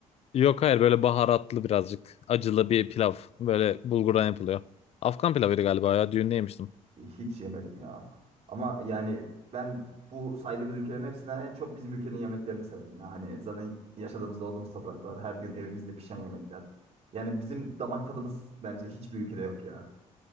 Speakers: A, on the left (about 50°); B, on the right (about 50°).
A: Yok hayır böyle baharatlı birazcık acılı bir pilav. Böyle bulgurdan yapılıyor. Afgan pilavıydı galiba ya düğünde yemiştim.
B: Hiç yemedim ya. Ama yani ben bu saydığımız ülkelerin hepsinden en çok bizim ülkenin yemeklerini severim ya. Hani zaten yaşadığımız, doğduğumuz topraklar, her gün evimizde pişen yemekler. Yani bizim damak tadımız bence hiçbir ülkede yok ya.